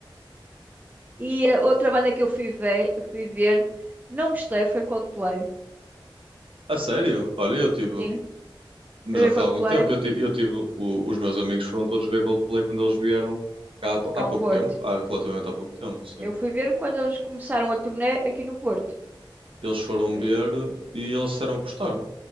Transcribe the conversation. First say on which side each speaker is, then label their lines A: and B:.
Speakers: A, on the right (about 20°); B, on the right (about 85°).
A: E a outra banda que eu fui ver, fui ver, não gostei, foi Coldplay.
B: A sério? Olha, eu tive,
A: Sim,
B: mas
A: fui ver
B: já foi
A: Coldplay
B: há algum tempo, eu tive, eu tive o- os meus amigos foram todos ver Coldplay quando eles vieram cá há, pou-
A: cá
B: há
A: ao
B: pouco
A: Porto.
B: tempo, há relativamente há pouco tempo, sim.
A: Eu fui ver quando eles começaram a turnê aqui no Porto.
B: Eles foram
A: Também
B: ver
A: já
B: e eles disseram que gostaram.